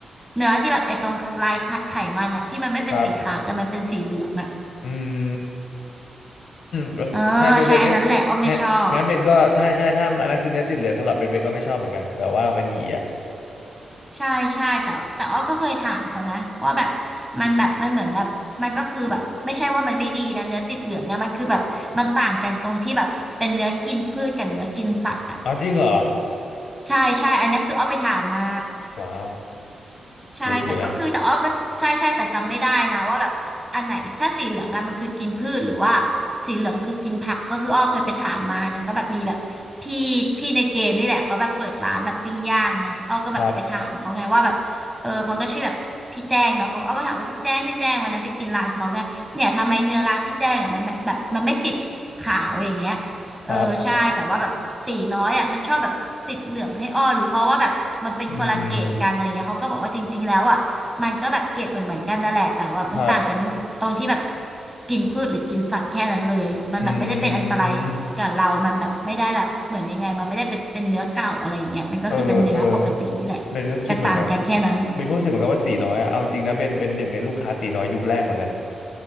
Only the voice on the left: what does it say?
ครับอืมเออใช่เบนเบนไม่
งั้นงั้นเบนก็ถ้าใช่ถ้าอันนั้นคือเนื้อติดเหลืองสำหรับเบนเบนก็ไม่ชอบเหมือนกันแบบว่ามันหยีอ่ะ
อ๋อจริงเหรอ
ว้าว
ลึกอยู่นะ
ครับ
ครับอืมอืมครับ
อืมเออเออเบนก็คิดเหมือนกันเบนก็รู้สึกเหมือนกันว่าตีน้อยอะเอาจริงนะเบนเป็นหนึ่งในลูกค้าตีน้อยยุคแรกเหมือนกัน